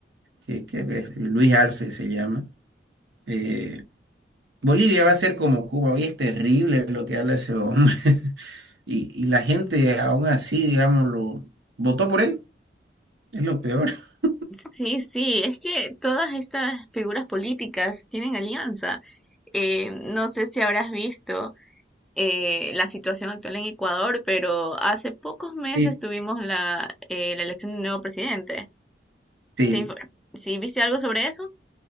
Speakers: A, on the right (about 75°); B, in the centre.
A: que, que es Luis Arce se llama, Eh, Bolivia va a ser como Cuba, hoy es terrible lo que habla ese hombre. <laughs> Y, y la gente aún así, digamos, lo votó por él, es lo peor. <laughs>
B: Sí, sí, es que todas estas figuras políticas tienen alianza. Eh, no sé si habrás visto eh, la situación actual en Ecuador, pero hace pocos meses
A: sí
B: tuvimos la, eh, la elección de un nuevo presidente.
A: sí,
B: ¿Te info- ¿Sí viste algo sobre eso?